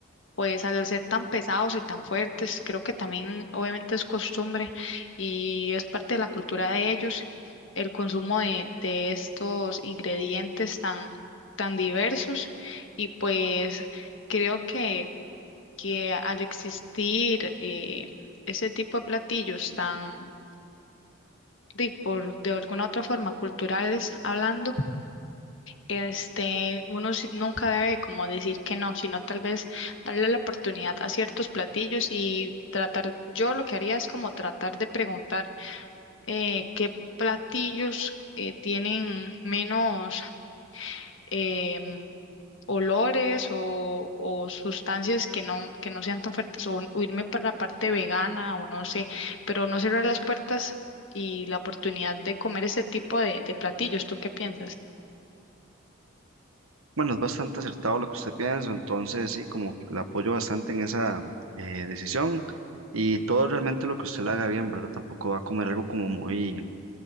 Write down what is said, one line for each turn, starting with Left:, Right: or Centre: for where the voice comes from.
Left: pues al ser tan pesados y tan fuertes, creo que también obviamente es costumbre y es parte de la cultura de ellos el consumo de, de estos ingredientes tan, tan diversos y pues creo que que al existir eh, ese tipo de platillos tan, de, por, de alguna otra forma, culturales hablando, este, uno si- nunca debe como decir que no, sino tal vez darle la oportunidad a ciertos platillos y tratar, yo lo que haría es como tratar de preguntar eh, qué platillos eh, tienen menos em, olores o, o sustancias que no, que no sean tan fuertes, o, o irme para la parte vegana o no sé, pero no cerrar las puertas y la oportunidad de comer este tipo de, de platillos. ¿Tú qué piensas?
Right: Bueno, es bastante acertado lo que usted piensa, entonces sí, como que la apoyo bastante en esa eh, decisión y todo realmente lo que usted le haga bien, ¿verdad? Tampoco va a comer algo como muy